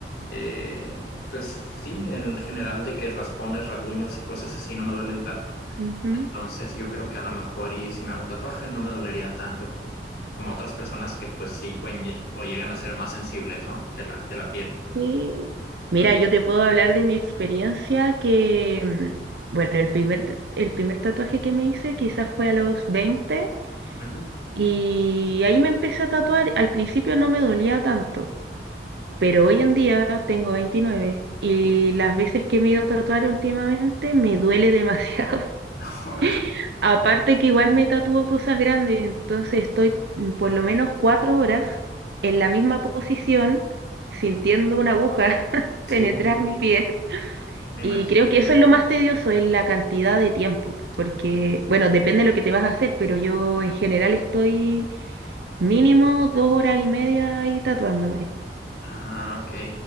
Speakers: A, on the left (about 60°); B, on the right (about 70°).
A: Eh, pues sí, en general de que raspones, rasguños y cosas así no me duelen tanto.
B: ujú.
A: Entonces yo creo que a lo mejor y si me hago un tatuaje no me dolería tanto como, como otras personas que pues sí pueden lle- o llegan a ser más sensibles, ¿no? De la, de la piel.
B: Sí. Mira,
A: Mm,
B: yo te puedo hablar de mi experiencia que, mm, bueno, el primer, t- el primer tatuaje que me hice quizás fue a los 20
A: ujú.
B: y ahí me empecé a tatuar. Al principio no me dolía tanto, pero hoy en día tengo 29 y las veces que me he ido a tatuar últimamente me duele demasiado. <laughs>
A: <laughs> Ok,
B: Aparte que igual me tatúo cosas grandes, entonces estoy mm, por lo menos cuatro horas en la misma posición sintiendo una aguja <laughs>
A: Sí,
B: penetrar mi piel.
A: me imagino.
B: Y creo que eso es lo más tedioso, es la cantidad de tiempo, porque, bueno, depende de lo que te vas a hacer, pero yo en general estoy mínimo dos horas y media ahí tatuándome.
A: Ah, ok.